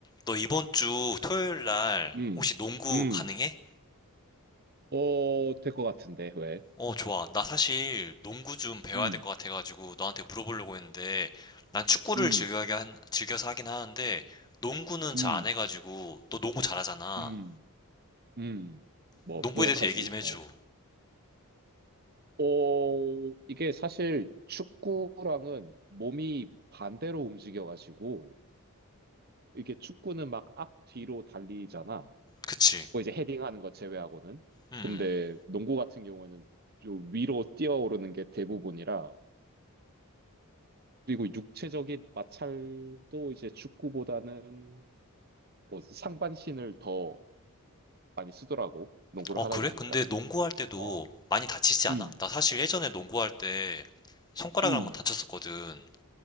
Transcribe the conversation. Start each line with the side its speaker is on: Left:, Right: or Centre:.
Left: 너 이번 주 토요일 날
Right: 음,
Left: 혹시 농구
Right: 음,
Left: 가능해?
Right: 어, 될 것 같은데, 왜?
Left: 어, 좋아. 나 사실 농구 좀 배워야
Right: 음,
Left: 될 것 같아가지고 너한테 물어보려고 했는데 난 축구를
Right: 음,
Left: 즐겨하게 한- 즐겨서 하긴 하는데 농구는
Right: 음,
Left: 잘 안 해가지고 너 농구 잘하잖아.
Right: 음, 음, 뭐,
Left: 농구에
Right: 노력하지,
Left: 대해서 얘기 좀 해줘.
Right: 어. 어, 이게 사실 축구랑은 몸이 반대로 움직여가지고, 이게 축구는 막 앞, 뒤로 달리잖아.
Left: 그치?
Right: 뭐 이제 헤딩하는 거 제외하고는.
Left: 음.
Right: 근데
Left: 음.
Right: 농구 같은 경우에는 좀 위로 뛰어오르는 게 대부분이라, 그리고 육체적인 마찰도 이제 축구보다는 뭐 상반신을 더 많이 쓰더라고. 농구를
Left: 어,
Right: 하다
Left: 그래?
Right: 보니까는.
Left: 근데 농구할 때도
Right: 어,
Left: 많이 다치지
Right: 음,
Left: 않아? 나 사실 예전에 농구할 때 손가락을
Right: 음,
Left: 한번 다쳤었거든.